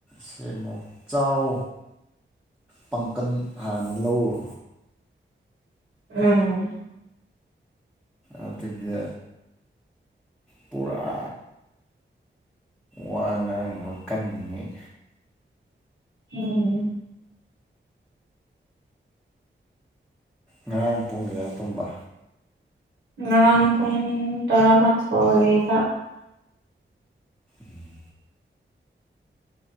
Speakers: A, in the centre; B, on the right.
A: ꯁꯦꯝꯃꯨꯛ ꯆꯥꯎ ꯄꯥꯡꯀꯟ ꯍꯥꯟꯅ ꯂꯧꯔꯣ
B: ꯎꯝ
A: ꯑꯗꯒꯤ ꯄꯨꯔꯥ ꯋꯥ ꯉꯥꯡ ꯀꯟꯅꯤꯡꯉꯩ
B: ꯎꯝ
A: ꯉꯔꯥꯡ ꯄꯨꯡ ꯀꯌꯥ ꯇꯨꯝꯕ
B: ꯉꯔꯥꯡ ꯄꯨꯡ ꯇꯔꯥꯃꯊꯣꯏ ꯗ
A: ꯎꯝ